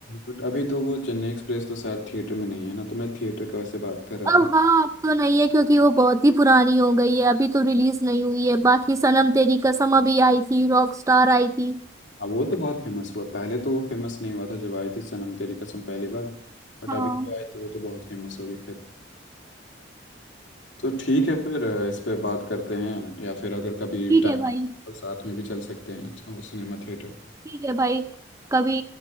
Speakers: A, on the left; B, on the right.
A: बट अभी तो वो चेन्नई एक्सप्रेस तो शायद थिएटर में नहीं है ना तो मैं थिएटर का वैसे बात कर रहा
B: अब
A: था
B: हाँ अब तो नहीं है क्योंकि वो बहुत ही पुरानी हो गई है अभी तो रिलीज नहीं हुई है बाकी सनम तेरी कसम अभी आई थी रॉक स्टार आई थी
A: अब वो तो बहुत फेमस हुआ पहले तो वो फेमस नहीं हुआ था जब आई थी सनम तेरी कसम पहली बार बट
B: हाँ
A: अभी तो आई तो वो तो बहुत फेमस हो गई फिर तो ठीक है फिर अ, इस पे बात करते हैं या फिर अगर कभी
B: ठीक
A: टाइम
B: है भाई
A: तो साथ में भी चल सकते हैं अच्छा, वो सिनेमा थिएटर
B: ठीक है भाई कभी